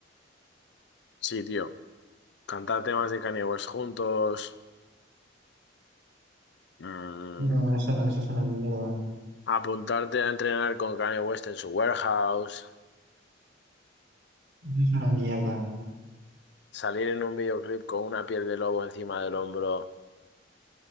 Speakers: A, on the left; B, on the right.
A: Sí, tío. Cantar temas de Kanye West juntos. mm,
B: No, eso no, eso es una mierda.
A: apuntarte a entrenar con Kanye West en su warehouse.
B: Eso es una mierda.
A: Salir en un videoclip con una piel de lobo encima del hombro